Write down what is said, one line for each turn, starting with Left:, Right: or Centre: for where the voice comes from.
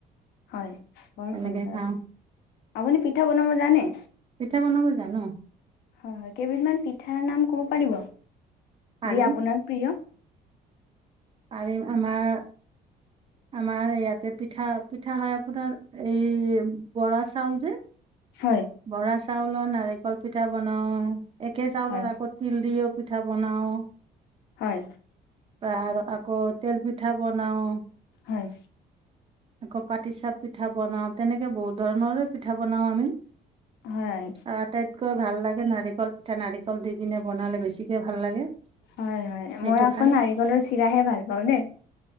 Left: হয় বৰ
Right: তেনেকে
Left: সুন্দৰ,
Right: খাওঁ
Left: আপুনি পিঠা বনাব জানে?
Right: পিঠা বনাব জানো।
Left: হয় হয় কেইবিধমান পিঠাৰ নাম ক'ব পাৰিব?
Right: পাৰিম
Left: যি আপোনাৰ প্ৰিয়?
Right: পাৰিম আমাৰ আমাৰ ইয়াতে পিঠা পিঠা হয় আপোনাৰ এই বৰা চাউল যে
Left: হয়।
Right: বৰা চাউলৰ নাৰিকল পিঠা বনাওঁ, একে চাউলৰ
Left: হয়
Right: আগত তিল দিও পিঠা বনাওঁ।
Left: হয়
Right: বা আৰু আকৌ তেল পিঠা বনাওঁ।
Left: হয়
Right: আকৌ পাতি চাহ পিঠা বনাও, তেনেকে বহুত ধৰণৰে পিঠা বনাও আমি।
Left: হয়।
Right: আটাইতকৈ ভাল লাগে নাৰিকল পিঠা, নাৰিকল দি কিনে বনালে বেছিকে ভাল লাগে।
Left: হয় হয়,
Right: সেইটো
Left: মই আকৌ
Right: খাই
Left: নাৰিকলৰ চিৰাহে ভাল পাওঁ দেই।